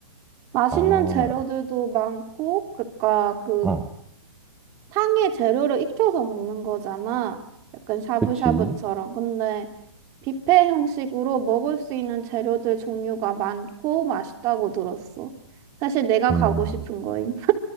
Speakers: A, on the right; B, in the centre.
A: 맛있는
B: 아,
A: 재료들도 많고 그니까 그
B: 어,
A: 탕에 재료를 익혀서 먹는 거잖아. 약간 샤브샤브처럼.
B: 그치.
A: 근데 뷔페 형식으로 먹을 수 있는 재료들 종류가 많고 맛있다고 들었어. 사실 내가
B: 음,
A: 가고 싶은 거임.